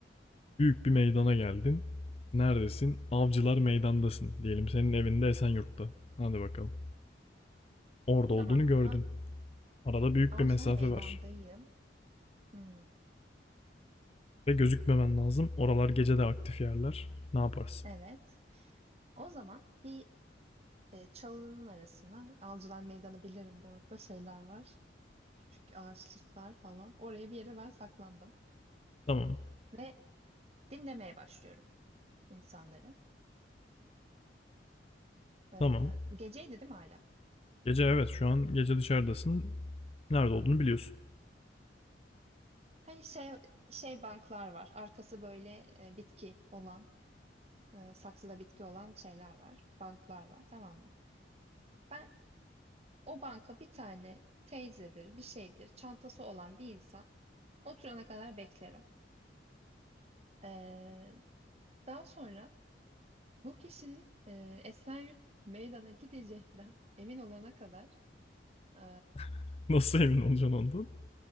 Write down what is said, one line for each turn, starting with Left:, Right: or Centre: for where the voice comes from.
Left: Büyük bir meydana geldin. Neredesin? Avcılar Meydan'dasın. Diyelim senin evinde Esenyurt'ta. Hadi bakalım. Orada
Right: tamam.
Left: olduğunu gördün.
Right: A
Left: Arada büyük
Right: Avcılar
Left: bir mesafe
Right: meydandayım.
Left: var.
Right: Hı,
Left: Ve gözükmemen lazım. Oralar gece de aktif yerler. Ne yaparsın?
Right: evet. O zaman bir E, çalının arasına Avcılar Meydanı bilirim bu arada şeyler var. Küçük ağaçlıklar falan. Oraya bir yere ben saklandım.
Left: Tamam.
Right: Ve dinlemeye başlıyorum insanları. E,
Left: Tamam.
Right: geceydi değil mi hala?
Left: Gece evet şu an gece dışarıdasın. Nerede olduğunu biliyorsun.
Right: Hani şey, şey banklar var. Arkası böyle e, bitki olan, e, saksıda bitki olan şeyler var. Banklar var tamam mı? Ben o banka bir tane teyzedir, bir şeydir, çantası olan bir insan oturana kadar beklerim. E, daha sonra Bu kişinin e, Esenyurt meydana gideceğinden emin olana kadar e,
Left: <laughs> Nasıl emin olacaksın ondan?